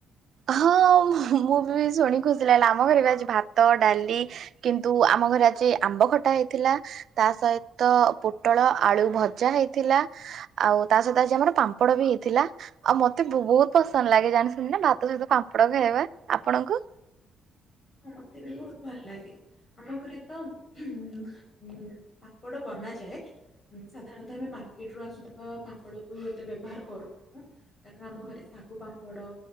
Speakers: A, on the right (about 65°); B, on the left (about 35°).
A: ହଁ ମୁଁ ବି ଶୁଣିିକି ଖୁସି ଲାଗିଲା ଆମ ଘରେ ବି ଆଜି ଭାତ ଡାଲି। କିନ୍ତୁ ଆମ ଘରେ ଆଜି ଆମ୍ବ ଖଟା ହେଇଥିଲା। ତା ସହିତ ପୋଟଳ ଆଳୁ ଭଜା ହେଇଥିଲା। ଆଉ ତା ସହିତ ଆଜି ଆମର ପାମ୍ପଡ ବି ହେଇଥିଲା ଆଉ ମତେ ବହୁତ ପସନ୍ଦ ଲାଗେ ଜାଣି ଛନ୍ତି ନା ଭା ତ ସହିତ ପାମ୍ପଡ଼ ଖାଇବା ଆପଣଙ୍କୁ?
B: ହଁ ମତେ ବି ବହୁତ ଭଲ ଲାଗେ। ଆମ ଘରେ ତ ଉ ପାମ୍ପଡ଼ ବନାଯାଏ। ସାଧାରଣତଃ ଆମେ ମାର୍କେଟ ରୁ ଆସୁଥିବା ପାମ୍ପଡ଼ କୁ ଏତେ ବ୍ୟବହାର କରୁନାହୁଁ। କାରଣ ଆମ ଘରେ ଶାଗୁ ପାମ୍ପଡ